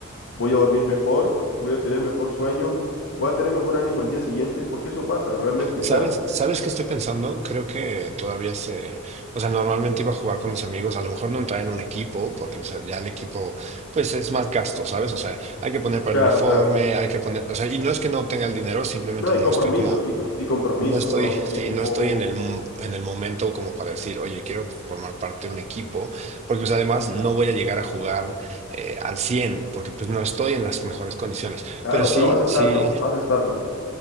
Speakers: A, on the left; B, on the right.
A: voy a dormir mejor, voy a tener mejor sueño, voy a tener mejor ánimo el día siguiente, porque eso pasa realmente,
B: ¿Sabes,
A: o sea,
B: sabes qué estoy pensando? Creo que todavía se, o sea, normalmente iba a jugar con mis amigos, a lo mejor no traen un equipo, porque o sea, ya el equipo, pues es más gasto, ¿sabes? O sea, hay que poner para
A: claro,
B: el uniforme,
A: claro.
B: hay que poner, o sea, y no es que no tenga el dinero, simplemente
A: No,
B: no
A: y compromiso,
B: estoy como
A: y, com- y compromiso,
B: No estoy,
A: ¿no?
B: sí,
A: Tiempo,
B: no estoy en el, mo- en el momento como para decir, oye, quiero formar parte de un equipo, porque pues además no voy a llegar a jugar eh, al 100 porque pues no estoy en las mejores condiciones.
A: claro,
B: Pero sí,
A: pero vas a estarlo,
B: sí,
A: vas a estarlo, ¿eh?